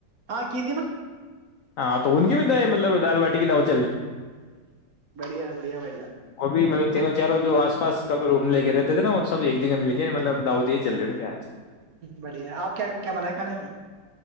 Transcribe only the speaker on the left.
ہاں تو ان کی بھی مطلب دال باٹی کی د <inaudible>
وہ بھی مطلب تینوں جو آس پس کبھی روم لے کے رہتے تھے نا وہ سب ایک جگہ مل کے مطلب دعوت یہی چل رہی ہے ان کے یہاں سے۔